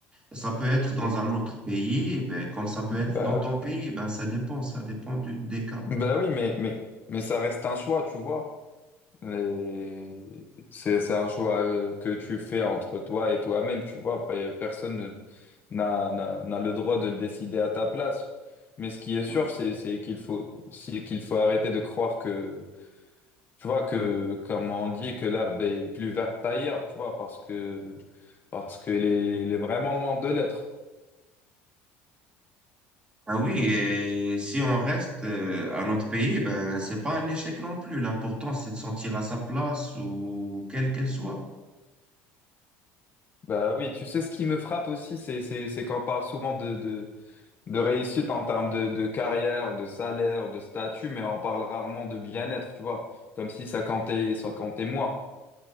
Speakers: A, on the right; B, on the left.
A: Ça peut être dans un autre pays, eh ben, comme ça peut être
B: bah,
A: dans ton pays, eh ben, ça dépend, ça dépend du- des cas,
B: bah oui, mais, mais, mais ça reste un choix, tu vois. Et c'est, c'est un choix euh, que tu fais entre toi et toi-même, tu vois. Pe- Personne ne- n'a, n'a, n'a le droit de le décider à ta place. Mais ce qui est
A: bien
B: sûr,
A: sûr.
B: c'est, c'est qu'il faut, c'est qu'il faut arrêter de croire que, tu vois, que, comme on dit, que l'herbe est plus verte ailleurs, tu vois, parce que, parce qu'elle est, elle est vraiment loin de l'être.
A: Ah oui, et si on reste euh, à notre pays, eh ben, c'est pas un échec non plus. L'important, c'est de sentir à sa place ou quelle qu'elle soit.
B: Bah oui, tu sais, ce qui me frappe aussi, c'est, c'est, c'est qu'on parle souvent de, de, de réussite en termes de, de carrière, de salaire, de statut, mais on parle rarement de bien-être, tu vois, comme si ça comptait, ça comptait moins.